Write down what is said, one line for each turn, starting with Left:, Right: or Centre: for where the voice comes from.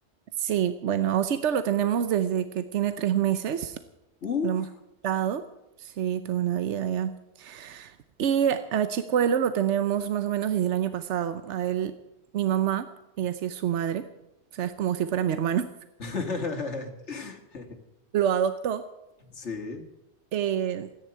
Right: Sí, bueno, a Osito lo tenemos desde que tiene tres meses,
Left: Uf.
Right: lo hemos adoptado, sí, toda una vida ya. Y a Chicuelo lo tenemos más o menos desde el año pasado. A él, mi mamá, ella sí es su madre, o sea, es como si fuera mi hermano,
Left: <laughs>
Right: <laughs> lo adoptó
Left: Sí.
Right: eh,